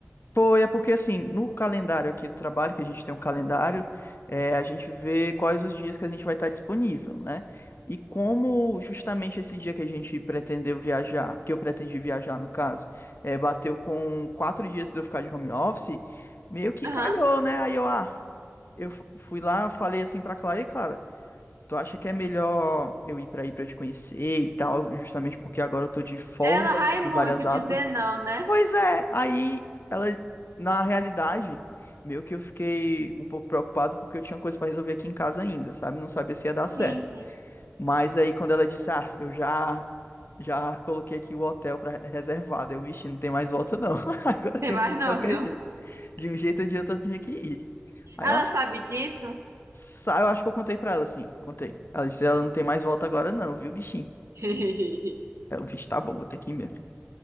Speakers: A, on the left; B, on the right.
A: Foi, é porque assim, no calendário aqui do trabalho, que a gente tem um calendário, é, a gente vê quais os dias que a gente vai estar disponível, né? E como justamente esse dia que a gente pretendeu viajar, que eu pretendi viajar no caso, é, bateu com quatro dias de eu ficar de home office, meio que
B: Aham.
A: calhou, né? Aí eu, ah, eu fu- fui lá, falei assim pra Clara, e Clara, tu acha que é melhor eu ir pra aí pra eu te conhecer e tal, justamente porque agora eu tô de folga,
B: Ela vai
A: de
B: muito
A: várias aspas.
B: dizer não, né?
A: Pois é, aí ela, na realidade, meio que eu fiquei um pouco preocupado porque eu tinha coisa pra resolver aqui em casa ainda, sabe? Não sabia se ia dar
B: Sim,
A: certo.
B: sim.
A: Mas aí quando ela disse, ah, eu já já coloquei aqui o hotel para reservado, eu, vixe, não tem mais volta não. <laughs> Agora
B: Tem
A: tem
B: mais
A: que ir de
B: não,
A: qualquer
B: viu?
A: jeito. De um jeito ou de outro eu tinha que ir. Aí
B: Ela
A: eu,
B: sabe disso?
A: sa- eu acho que eu contei pra ela assim, contei. Ela disse, ela não tem mais volta agora não, viu, bichinho?
B: <laughs>
A: Aí eu, vixe, tá bom, vou ter que ir mesmo.